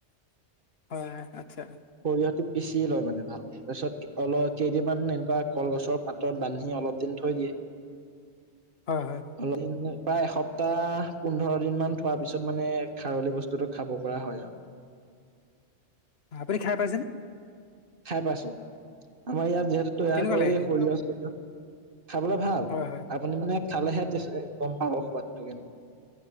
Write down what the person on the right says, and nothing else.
সৰিয়হটো পিচি লয় মানে তাৰপিছত অল কেইদিনমান এনেকুৱা কলগছৰ পাতত বান্ধি অলপ দিন থৈ দিয়ে। <inaudible>
অলপ প্ৰায় এসপ্তাহ পোন্ধৰ দিন মান থোৱাৰ পিছত মানে খাৰলি বস্তুটো খাব পৰা হয় আৰু।
খাই পাইছো। আমাৰ ইয়াত যিহেতু তৈয়াৰ
কৰে
সৰিয়হ-চৰিয়হ খাবলৈ ভাল
আপুনি মানে খালেহে গম পাব সোৱাদটো কে